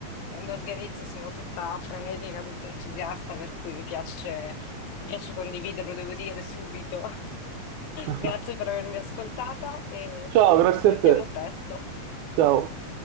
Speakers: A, on the left; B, on the right.
A: quando organizzo sono tutta frenetica, tutta entusiasta, per cui mi piace, mi piace condividerlo, devo dire subito. <laughs>
B: <laughs>
A: Grazie per avermi ascoltata e
B: Ciao, grazie
A: ci sentiamo
B: a te.
A: presto.
B: Ciao.